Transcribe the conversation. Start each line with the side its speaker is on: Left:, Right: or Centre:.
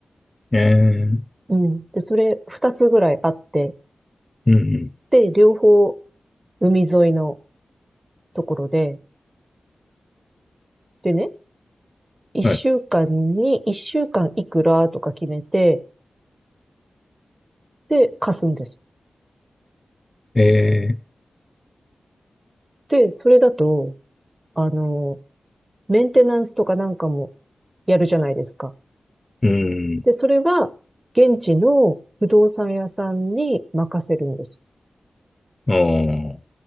Left: ええ
Right: うん。で、それ二つぐらいあって、
Left: うん、うん。
Right: で、両方海沿いのところで、でね、一週間に、
Left: はい。
Right: 一週間いくらとか決めて、で、貸すんです。
Left: ええ
Right: で、それだと、あの、メンテナンスとかなんかもやるじゃないですか。
Left: うん。
Right: で、それは現地の不動産屋さんに任せるんです。
Left: ああ、